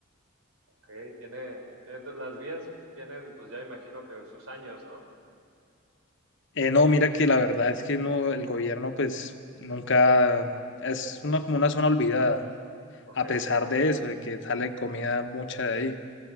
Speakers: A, on the right; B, on the left.
A: Ok, tiene, tiene entonces las vías tienen, pues ya imagino que sus años, ¿no?
B: Eh, no, mira que la verdad es que no, el gobierno pues nunca es una, como una zona olvidada,
A: Ok,
B: a pesar de eso, de que sale comida mucha de ahí.